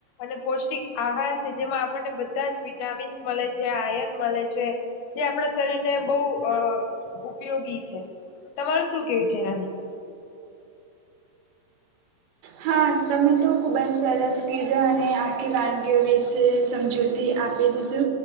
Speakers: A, on the left; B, on the right.
A: અને પૌષ્ટિક આહાર છે જેમાં આપણને બધા જ વિટામીન્સ મળે છે આયન મળે છે જે આપણા શરીર ને બહુ અહ ઉપયોગી છે. તમાર શું કેવું છે એના વિશે?
B: હા, તમે તો ખુબ જ સરસ કીધા અને આખી વાનગીઓ વિશે સમજૂતી આપી દીધુ.